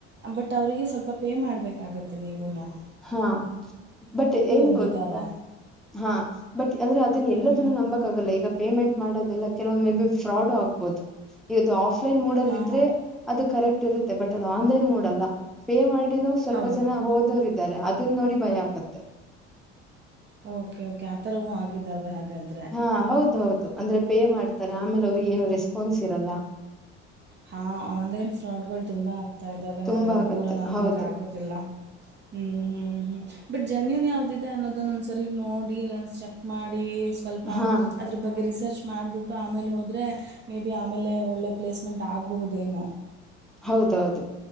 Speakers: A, on the right; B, in the centre.
A: ಬಟ್ ಅವರಿಗೆ ಸ್ವಲ್ಪ ಪೇ ಮಾಡ್ಬೇಕಾಗತ್ತೆ ನೀವುನು
B: ಹಾ ಬಟ್ ಏನ್
A: ಒಂದಿದ್ದಾವೆ
B: ಗೊತ್ತಾ ಹಾ ಬಟ್ ಅಂದ್ರೆ ಅದನ್ನ ಎಲ್ಲದನ್ನು
A: ಹ್ಞೂ
B: ನಂಬ ಈಗ ಪೇಮೆಂಟ್ ಮಾಡದೆಲ್ಲ ಕೆಲ ಮೇ ಬಿ ಫ್ರಾಡು ಆಗ್ಬಹುದು ಆ ಆಫ್ಲೈನ್ ಮೋಡ್ ಅಲ್ಲ
A: ಹಾಂ
B: ಇದ್ರೆ ಅದು ಕರೆಕ್ಟ್ ಇರುತ್ತೆ ಬಟ್ ಅದು ಆನ್ಲೈನ್ ಮೋಡ್ ಅಲ್ಲ ಪೇ ಮಾಡಿನೂ ಸ್ವಲ್ಪ
A: ಹೌದು
B: ಜನ ಹೋದೋರ್ಾರೆ ಅದನ್ನ ನೋಡಿ ಭಯ ಆಗತ್ತೆ
A: ಓಕೆ ಓಕೆ ಆಥರವೂ ಆಗಿದ್ದಾವೆ ಹಾಗಲ್ಲಿ
B: ಹಾ ಹೌದು ಹೌದು ಅಂದ್ರೆ ಪೇ ಮಾಡ್ತಾರೆ ಆಮೇಲೆ ಅವ್ರಿಗೆ ಏನು ರೆಸ್ಪಾನ್ಸ್ ಇರಲ್ಲ
A: ಹಾಂ ಆನ್ಲೈನ್ ಫ್ರಾಡ್ಗಳು ತುಂಬ ಆತಾ ಇದ್ದಾವೆ
B: ತುಂಬಾ
A: ಹಾಗಾಗಿ
B: ಆಗತ್ತೆ
A: ಪೂರಾ ನಂಬಕ್
B: ಹೌದು
A: ಆಗುದಿಲ್ಲ ಹ್ಮ್ ಹ್ಮ್ ಹ್ಮ್ ಬಟ್ ಜೆನ್ಯೂನ್ ಯಾವ್ದಿದೆ ಅನ್ನೋದನ್ನ ಒಂದ್ ಸರಿ ನೋಡಿ ಒ ಚೆಕ್ ಮಾಡಿ ಸ್ವಲ್ಪ
B: ಹಾ
A: ಅದ್ರ ಬಗ್ಗೆ ರಿಸರ್ಚ್ ಮಾಡಿಬಿಟ್ಟು ಆಮೇಲೆ ಹೋದ್ರೆ ಮೇ ಬಿ ಆಮೇಲೆ ಒಳ್ಳೆ ಪ್ಲೇಸ್ ಎಸ್ಮೆಂಟ್ ಆಗಬಹುದೇನನು
B: ಹೌದೌದು.